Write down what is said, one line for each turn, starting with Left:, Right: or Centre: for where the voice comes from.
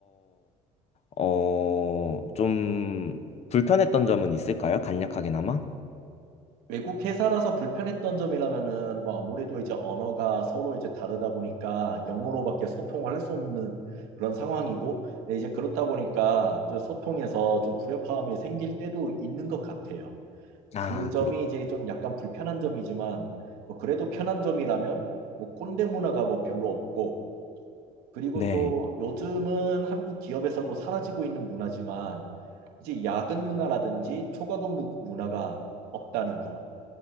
Left: 어, 좀 불편했던 점은 있을까요? 간략하게나마?
Right: 외국 회사라서 불편했던 점이라면은 뭐 아무래도 이제 언어가 서로 이제 다르다 보니까 영어로밖에 소통을 할 수 없는 그런 상황이고 근데 이제 그렇다 보니까 좀 소통에서 좀 불협화음이 생길 때도 있는 것 같아요.
Left: 아,
Right: 그 점이
Left: 그렇,
Right: 이제 좀 약간 불편한 점이지만 뭐 그래도 편한 점이라면 뭐 꼰대 문화가 뭐 별로 없고 그리고
Left: 네.
Right: 또 요즘은 한국 기업에서도 사라지고 있는 문화지만 이제 야근 문화라든지 초과근무 문화가 없다는 거.